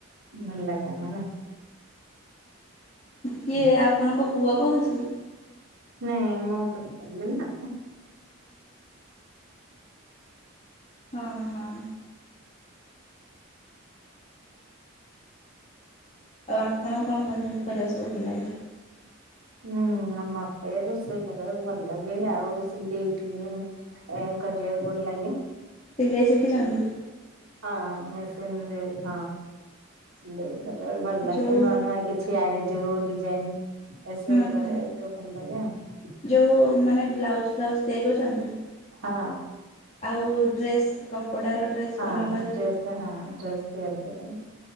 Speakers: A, on the right; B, on the left.
A: ଭଲ ଲାଗେନା ନା।
B: କିଏ
A: ନା
B: ଆପଣଙ୍କ ପୁଅ କହୁଛି?
A: ନାଇଁ ମୁଁ ପଚାରିଲି ନା।
B: ହଁ- ହଁ। ଆଉ ଆପଣଙ୍କୁ କଣ କରି କରିଆକୁ ସବୁ ଭଲ ଲାଗେ?
A: ହୁଁ ମତେ ରୋଷେଇ କରିଆକୁ ଭଲ ଲାଗେ, ଆଉ ସିଲେଇ ବି କରିଆକୁ ଭଲ ଲାଗେ।
B: ସିଲେଇ ଶିଖିଚନ୍ତି?
A: ହଁ ମେସିନରେ, ହଁ ସିଲେଇ କରିଆକୁ ଭଲ ଲାଗେ।
B: ଯୋଉ
A: ନହେଲେ ଆଗେ ଛୁଆଙ୍କ ଯୋଉ ଡିଜାଇନ୍, ଏସବୁ
B: ହୁଁ
A: କରିଆକୁ
B: ହୁଁ
A: ଟିକେ ଭଲ ଲାଗେ ଆଉ।
B: ଯୋଉ ମାନେ ବ୍ଲାଉଜ୍ ଫ୍ଲାଉଜ୍ ତିଆରି କରୁଚନ୍ତି?
A: ହଁ।
B: ଆଉ ଡ୍ରେସ୍, କପଡାର ଡ୍ରେସ୍
A: ହଁ
B: ବନେଇବା ଯୋଉ
A: ଡ୍ରେସ୍ ତ, ହଁ ଡ୍ରେସ୍ ତିଆରି କରେ।